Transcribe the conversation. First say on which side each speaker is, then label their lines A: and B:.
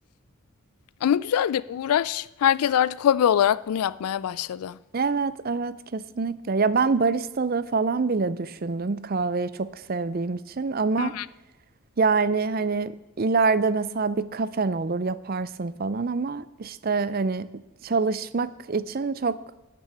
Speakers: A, on the left (about 85°); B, on the right (about 40°).
A: Ama güzel de bir uğraş. Herkes artık hobi olarak bunu yapmaya başladı.
B: Evet, evet kesinlikle. Ya ben baristalığı falan bile düşündüm kahveyi çok sevdiğim için ama
A: Hı
B: yani hani ileride mesela bir kafen olur yaparsın falan ama işte hani çalışmak için çok